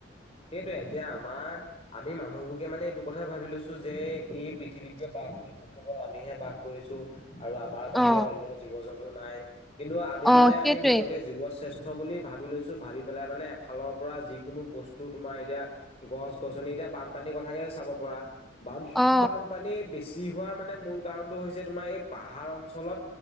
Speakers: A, on the left; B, in the centre.
A: সেইটোয়ে এতিয়া আমাৰ আমি মানুহবকে মানে এইটো কথাাই ভাবি লৈছো যে, এই পৃথিৱীত যে বাস কৰিছো, কেৱল আমিহে বাস কৰিছো, আৰু আমাৰ বাহিৰে
B: অ
A: অন্য জীৱ-জন্তু নই, কিন্তু আমি
B: অ
A: মানে
B: সেইটোৱে।
A: আমি নিজকে জীৱ শ্ৰেষ্ঠ বুলি ভাবি লৈছো, ভাবি পেলাই মানে এফালৰ পৰা যিকোনো বস্তু তোমাৰ এতিয়া গছ-গছনি, এতিয়া বানপানীৰ কথাকে চাব পৰা, বান
B: অ
A: বানপানীয়ে বেছি হোৱাৰ মানে মূল কাৰণটো হৈছে, তোমাৰ এই পাহাৰ অঞ্চলত